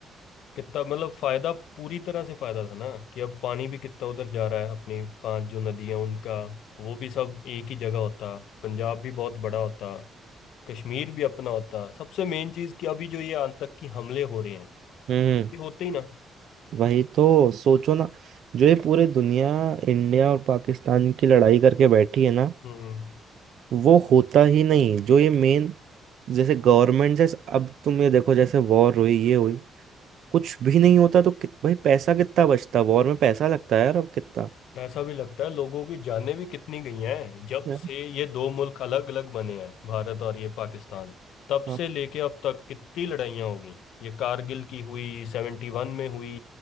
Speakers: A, on the left; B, on the right.
A: कितना मतलब फ़ायदा पूरी तरह से फ़ायदा था ना कि अब पानी भी कितना उधर जा रहा है अपनी पांच जो नदियाँ उनका वो भी सब एक ही जगह होता पंजाब भी बहुत बड़ा होता कश्मीर भी अपना होता सबसे मेन चीज़ कि अभी जो ये आतंकी हमले हो रहे हैं ये
B: हम्म
A: होते ही ना
B: वही तो सोचो ना जो ये पूरे दुनिया इंडिया और पाकिस्तान की लड़ाई करके बैठी है ना
A: हम्म
B: वो होता ही नहीं जो ये मेन जैसे गवर्नमेंट जैसे अब तुम ये देखो जैसे वॉर हुई ये हुई कुछ भी नहीं होता तो कित, भाई पैसा कितना बचता वॉर में पैसा लगता है यार अब कितना
A: ऐसा भी लगता है लोगों की जानें भी कितनी गई हैं जब
B: यार
A: से ये दो मुल्क अलग अलग बने हैं भारत और ये पाकिस्तान तब
B: हाँ
A: से लेके अब तक कितनी लड़ाइयाँ हो गई ये कारगिल की हुई सेवेंटी वन में हुई